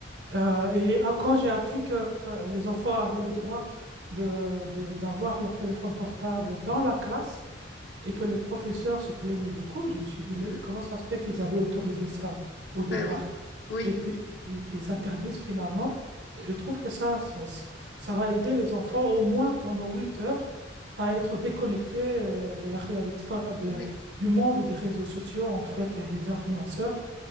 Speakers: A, on the right; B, on the left.
A: Euh, et ah, quand j'ai appris que euh, les enfants avaient le droit de, de- d'avoir leur téléphone portable dans la classe et que les professeurs se plaignaient beaucoup, je me suis dit,
B: Mm.
A: mais
B: Mm.
A: comment ça se fait qu'ils avaient autorisé ça au départ?
B: Ben oui, oui,
A: Et puis, ils ils interdisent finalement. Je trouve que ça, ça, ça- ça va aider les enfants au moins pendant 8 heures à être déconnectés euh, de la réalité, enfin, de,
B: oui,
A: du monde des réseaux sociaux en fait et des influenceurs.